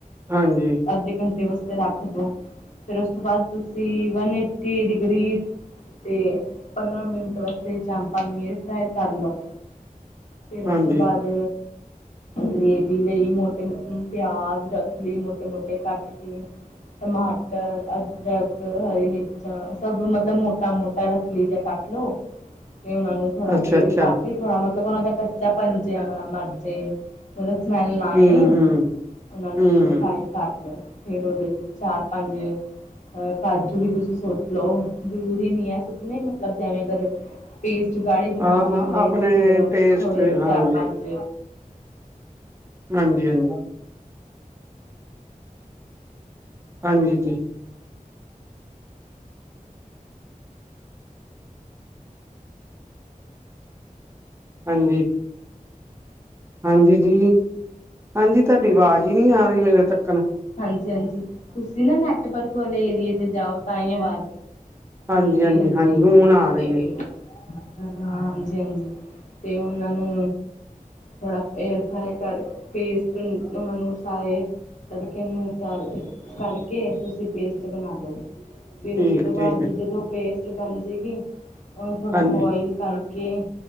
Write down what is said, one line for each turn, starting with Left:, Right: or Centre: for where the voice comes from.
Right: ਹਾਂਜੀ।
Left: ਅੱਧੇ ਘੰਟੇ ਵਾਸਤੇ ਰੱਖ ਦੋ, ਫਿਰ ਉਸ ਤੋਂ ਬਾਅਦ ਤੁਸੀਂ ਵਨ ਏਟੀ ਡਿਗਰੀ ਤੇ ਪੰਦਰਾਂ ਮਿੰਟ ਵਾਸਤੇ ਚਾਮਪਾਂ ਨੂੰ ਏਅਰ ਫਰਾਈ ਕਰ ਲੋ ਫਿਰ
Right: ਹਾਂਜੀ।
Left: ਉਸ ਤੋਂ ਬਾਅਦ, ਗਰੇਵੀ ਲਈ ਮੋਟੇ ਪਿਆਜ ਰਫ਼ਲੀ ਮੋਟੇ-ਮੋਟੇ ਕੱਟ ਕੇ ਟਮਾਟਰ, ਅਦਰਕ, ਹਰੀ ਮਿਰਚਾ ਸਭ ਮਤਲਬ ਮੋਟਾ-ਮੋਟਾ ਰੱਖ ਲੀਜਾ ਕੱਟ ਲੋੋ, ਤੇ ਉਹਨਾਂ ਨੂੰ ਥੋੜਾ
Right: ਅੱਛਾ-ਅੱਛਾ,
Left: ਤੇਲ ਪਾ ਕੇ ਥੋੜਾ, ਮਤਲਬ ਉਹਨਾਂ ਦਾ ਕੱਚਾ ਪਨ ਜਿਆ ਮਰਜੇ। ਉਹਦਾ ਸਮੈਲ ਨਾ ਆਏ।
Right: ਹੂੰ-ਹੂੰ, ਹੂੰ।
Left: ਉਹਨਾਂ ਨੂੰ
Right: ਹੂੰ, ਹੂੰ,
Left: ਫਰਾਈ ਕਰ ਲਓ, ਫਿਰ ਉਹਦੇ ਵਿੱਚ ਚਾਰ-ਪੰਜ ਅ ਕਾਜੂ ਵੀ ਤੁਸੀਂ ਸੁੱਟ ਲਓ, ਜ਼ਰੂਰੀ ਨੀ ਐ ਸੁੱਟਣੇ ਮਤਲਬ ਜਿਵੇਂ ਅਗਰ ਪੇਸਟ ਗਾੜੀ ਬਣਾਂਨੀ
Right: ਹਾਂ,
Left: ਹੋਏ
Right: ਆਪਣੇ
Left: ਤੇ ਫਿਰ
Right: ਟੇਸਟ
Left: ਥੋੜੇ
Right: ਹਾਂਜੀ,
Left: ਚਾਰ-ਪੰਜ
Right: ਹਾਂਜੀ-ਹਾਂਜੀ। ਹਾਂਜੀ ਜੀ। ਹਾਂਜੀ। ਹਾਂਜੀ ਜੀ, ਹਾਂਜੀ ਤੁਹਾਡੀ ਆਵਾਜ਼ ਈ ਨੀ ਆ ਰਹੀ ਮੇਰੇ ਤੱਕਣ
Left: ਹਾਂਜੀ-ਹਾਂਜੀ, ਤੁਸੀਂ ਨਾ ਨੈਟਵਰਕ ਵਾਲੇ ਏਰੀਏ 'ਚ ਜਾਓ ਤਾਂ ਈ ਆਵਾਜ਼
Right: ਹਾਂਜੀ
Left: ਹਾਂਜੀ-ਹਾਂਜੀ
Right: ਹਾਂਜੀ ਹਾਂਜੀ ਹੁਣ ਆ ਰਹੀ
Left: ਤੇ
Right: ਹੈ
Left: ਹਾਂ ਹਾਂਜੀ-ਹਾਂਜੀ ਤੇ ਉਹਨਾਂ ਨੂੰ ਥੋੜ੍ਹਾ ਏਅਰ ਫਰਾਈ ਕਰ, ਪੇਸਟ ਉਹਨਾਂ ਨੂੰ ਸਾਏ ਤੜਕੇ ਨੂੰ ਤਲ ਕਰਕੇ ਤੁਸੀਂ ਪੇਸਟ ਬਣਾ ਲਉ। ਫਿਰ
Right: ਠੀਕ
Left: ਉਸ ਤੋਂ ਬਾਅਦ
Right: ਠੀਕ ਹੈ।
Left: ਜਦੋਂ ਪੇਸਟ ਬਣ ਜੇ ਗੀ। ਉਹਨੂੰ ਥੋੜਾ
Right: ਹਾਂਜੀ
Left: ਬੋਇਲ ਕਰਕੇ ਕੇ